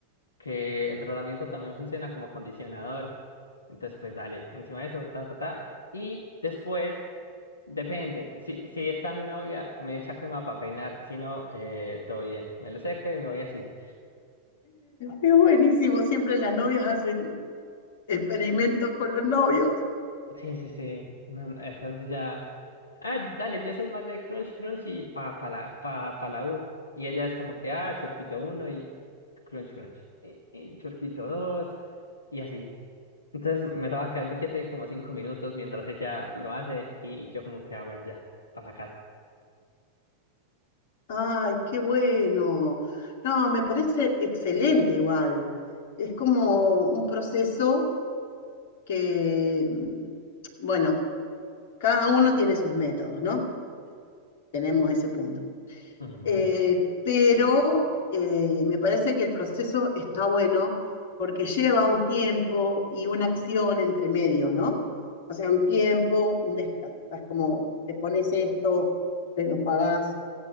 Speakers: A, on the left; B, on the left.
A: que el tratamiento también funciona como acondicionador. Entonces, pues dale, encima de eso, ta, ta, ta. Y después, depende. Si, si está mi novia, me echa crema para peinar. Si no, eh, todo bien. Me lo seco y me voy así.
B: Es buenísimo, siempre las novias hacen experimentos con los novios.
A: Sí, sí, sí. No, no, entonces ya. Ah, dale, yo soy más de Crunch Crunch y pa, pa la, pa, pa la U. Y ella es como que, ah, Churquito uno y Crunch Crunch. Y, y Churquito 2 y así. Entonces me daba quedarme quieto ahí como cinco minutos mientras ella lo hace y yo como que, ah, bueno, ya, para la casa.
B: Ay, qué bueno. No, me parece excelente igual. Es como un proceso que, mm, bueno, cada uno tiene sus métodos, ¿no? Tenemos ese punto.
A: Ujú,
B: eh, pero eh, me parece que el proceso está bueno porque lleva un tiempo y una acción entre medio, ¿no? O sea, un tiempo, un descanso, es como te pones esto, te lo enjuagás,